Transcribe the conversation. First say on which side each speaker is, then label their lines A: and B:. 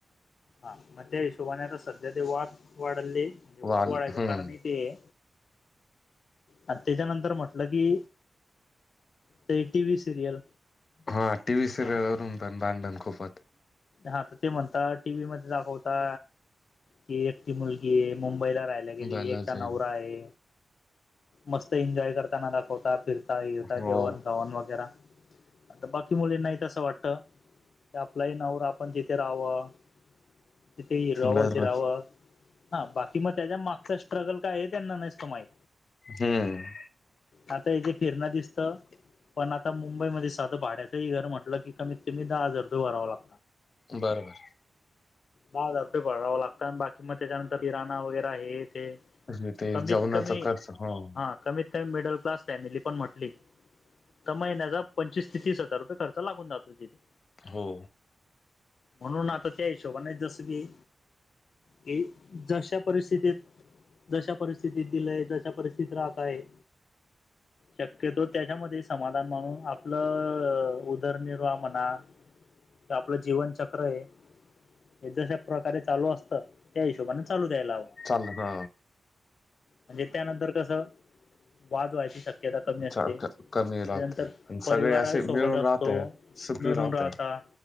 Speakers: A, on the left (about 70°); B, on the left (about 55°).
A: हा मग त्या हिशोबाने आता सध्या ते वाद वाढले. म्हणजे
B: वाल
A: वाद वाढायच
B: हम्म
A: कारण ते आहे. अन त्याच्यानंतर म्हटलं की ते टी. व्ही सिरियल
B: हा टी व्ही सिरियलवरून पण भांडण खूप होतात.
A: हा त ते म्हणता. टी. व्ही मध्ये दाखवता की एकटी मुलगीये मुंबईला राह त्या गेली.
B: झालंचय.
A: एकटा नवरा आहे. मस्त एन्जॉय करताना दाखवता. फिरता हिंडता
B: हो
A: जेवण खावण वगैरा? आता बाकी मुलींनाही तस वाटत त्या आपलाही नवरा आपण तिथे राहाव. तिथे हिंडाव
B: बरोबर
A: फिराव? हा बाकी मग त्याच्या मागच स्ट्रगल काये हे त्यांना नसत माहित.
B: हम्म
A: आत्ता हे जे फिरण दिसत. पण आता मुंबईमध्ये साध भाड्याचही घर म्हटल की कमी कमी दहा हजार रुपये भरावे लागतात.
B: बरोबर
A: दहा हजार रुपये भरावे लागता. बाकी मग त्याच्यानंतर किराणा वगैरा हे ते.
B: म्हणजे ते
A: कमीत
B: जेवणाचा
A: कमी
B: खर्च हं.
A: हा कमीत कमी मिडल क्लास फॅमिली पण म्हटली त महिन्याचा पंचवीस ते तीस हजार रुपये खर्च लागून जातो तिथे?
B: हो..
A: म्हणून.. आता त्या हिशोबान जस की.. की जशा परिस्थितीत.. जशा परिस्थितीत दिलय तस परिस्थित राहता येईल. शक्यतो त्याच्यामध्ये समाधान म्हणून आपल उदरनिर्वाह म्हणा ते आपल जीवनचक्रये हे जशा प्रकारे चालू असत. त्या हिशोबाने चालू द्यायला हव?
B: चाल ह
A: म्हणजे त्यानंतर कस? वाद व्हायची शक्य शक्यता कमी
B: चा-
A: असते.
B: क- कमी राहते
A: त्यानंतर
B: आणि
A: परिवारा
B: सगळे असे
A: सोबत
B: मिळून
A: असतो
B: राहत आहे, सुखी
A: मिळून
B: राहत
A: राहता.
B: आहे.